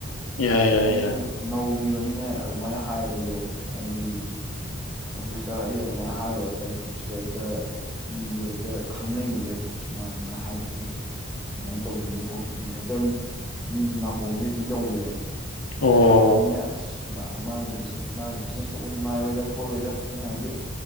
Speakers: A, on the left (about 80°); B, in the centre.
A: ꯌꯥꯏ ꯌꯥꯏ
B: ꯑꯩꯁꯨ
A: ꯌꯥꯏ
B: ꯅꯧꯔꯤꯕꯅꯤꯅ ꯑꯗꯨꯃꯥꯏꯅ ꯍꯥꯏꯕꯗꯣ ꯍꯥꯏꯕꯗꯤ ꯑꯣꯐꯤꯁꯇ ꯑꯩ ꯑꯗꯨꯃꯥꯏꯅ ꯍꯥꯏꯔꯨꯔꯒꯗꯤ ꯑꯣꯐꯤꯁꯇ ꯍꯦꯛꯇ ꯃꯤꯁꯦ ꯍꯦꯛꯇ ꯈꯪꯅꯩꯕ ꯍꯦꯛꯇ ꯁꯨꯃꯥꯏ ꯑꯗꯨꯃꯥꯏꯅ ꯍꯥꯏꯈꯤꯍꯦ ꯑꯗꯨꯃꯥꯏꯅ ꯇꯧꯈꯤꯍꯦ ꯈꯣꯠꯈꯤꯅꯦ ꯍꯦꯛꯇ ꯃꯤꯒꯤ ꯅꯥꯀꯣꯡꯁꯦ ꯍꯦꯛꯇ ꯌꯧꯋꯦꯕ
A: ꯑꯣ
B: ꯌꯧ ꯕꯅꯤꯅ ꯑꯁ ꯃꯥ ꯃꯥꯒ ꯕꯤꯖꯤ ꯃꯥꯒ ꯕꯤꯖꯤꯅꯦꯁ ꯇꯧꯕ ꯅꯨꯡꯉꯥꯏꯔꯣꯏꯗ ꯈꯣꯠꯂꯣꯏꯗ ꯑꯉꯥꯡꯁꯦ